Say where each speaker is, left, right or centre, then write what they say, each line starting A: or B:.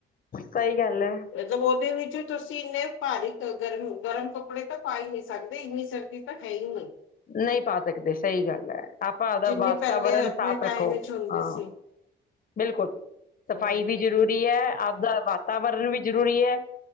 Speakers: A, on the left (about 45°); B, on the left (about 85°).
A: ਸਹੀ ਗੱਲ ਹੈ।
B: ਏਦਾਂ ਬੋਲਦੇ ਉਹਦੇ ਵਿੱਚ ਤੁਸੀਂ ਇੰਨੇ ਭਾਰੀ ਗਰਮ ਗਰਮ ਕੱਪੜੇ ਤਾਂ ਪਾ ਹੀ ਨਹੀਂ ਸਕਦੇ ਇੰਨੀ ਸਰਦੀ ਸਰਦੀ ਤਾਂ ਹੈ ਹੀ ਨਹੀਂ।
A: ਨਹੀਂ ਪਾ ਸਕਦੇ ਸਹੀ ਗੱਲ ਹੈ ਆਪਾਂ ਆਪਦਾ
B: ਜਿੰਨੇ
A: ਵਾਤਾਵਰਨ
B: ਪਹਿਲੇ ਆਪਣੇ
A: ਸਾਫ਼ ਰੱਖੋ
B: ਟਾਈਮ ਵਿੱਚ ਹੁੰਦੀ
A: ਹਾਂ।
B: ਸੀ
A: ਬਿਲਕੁਲ! ਸਫਾਈ
B: ਹਾਂ
A: ਵੀ ਜ਼ਰੂਰੀ ਹੈ ਆਪਦਾ। ਵਾਤਾਵਰਨ ਵੀ ਜ਼ਰੂਰੀ ਹੈ